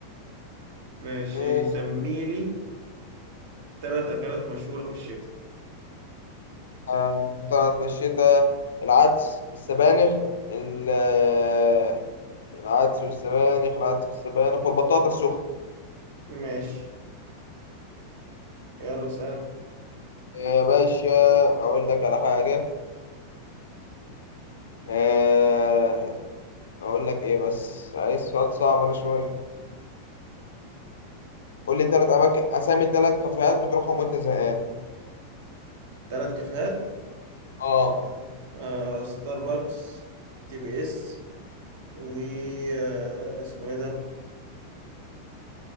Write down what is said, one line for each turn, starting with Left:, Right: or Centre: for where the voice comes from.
Right: ماشي
Left: آه،
Right: سميلي ثلاث أكلات مشهورة في الشتاء
Left: آه، طلعت في الشتاء العدس السبانخ ال- آه، العدس والسبانخ العدس والسبانخ والبطاطا السخنة
Right: ماشي يلا سلام
Left: يا باشا أقول لك على حاجة آه، أقول لك إيه بس عايز سؤال صعب أنا شوية قول لي تلات أماكن أسامي تلات كافيهات بتروحهم وأنت زهقان
Right: ثلاث كافيهات
Left: اه
Right: آه، ستاربكس تي بي اس و آه، اسمه ايه ده